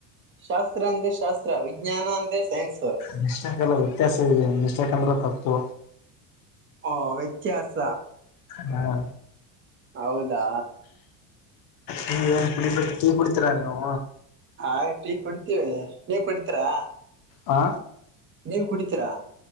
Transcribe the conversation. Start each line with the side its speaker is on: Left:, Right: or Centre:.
Right: ಶಾಸ್ತ್ರ ಅಂದ್ರೆ ಶಾಸ್ತ್ರ ವಿಜ್ಞಾನ ಅಂದ್ರೆ ಸೈನ್ಸ್
Left: ನಿ್ಾಕಲ್ಲ ವ್ಯತ್ಯಾಸ ನಿಶ್ ಯಾಕಂದ್ರೆ ತಪ್ಪತು
Right: ಓ ವ್ಯತ್ಯಾಸ
Left: ಹೂ
Right: ಹೌದಾ
Left: ನೀ ಏನ್ ಕುಡಿಬೇಕು ಕೀ ಕುಡಿತೀರಾ ನೀವು
Right: ಆಯ್ತ್ ಈ ಕುಡ್ತೀವಿ ನೀವು ಕುಡಿತೀರಾ
Left: ಹಾ
Right: ನೀವು ಕುಡಿತೀರಾ